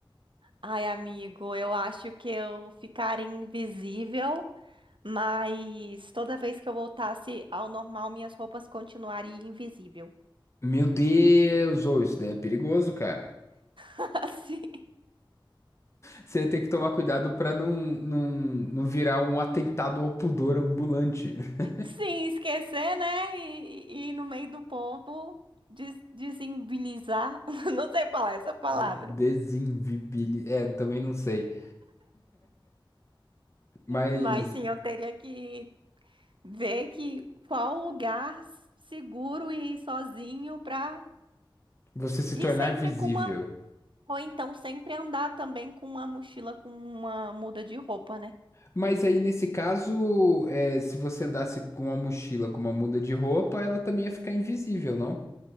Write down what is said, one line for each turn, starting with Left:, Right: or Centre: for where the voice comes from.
Right: Ai, amigo, eu acho que eu ficaria invisível. Mas toda vez que eu voltasse ao normal, minhas roupas continuariam invisível.
Left: Meu Deus, ô, isso daí é perigoso, cara.
Right: <laughs> Assim,
Left: Você tem que tomar cuidado pra não, não, não virar um atentado ao pudor ambulante. <laughs>
Right: sim, esquecer, né? E, e- e no meio do povo des desimbilizar. <laughs> Não sei falar essa palavra.
Left: É, Desinvibili... É, também não sei. Mas
Right: Mas sim, eu teria que ver que qual lugar seguro e ir sozinho pra.
Left: Você se
Right: E
Left: tornar
Right: sempre
Left: visível.
Right: com uma. Ou então sempre andar também com uma mochila com uma muda de roupa, né?
Left: Mas aí, nesse caso, é, se você andasse com uma mochila, com uma muda de roupa, ela também ia ficar invisível, não?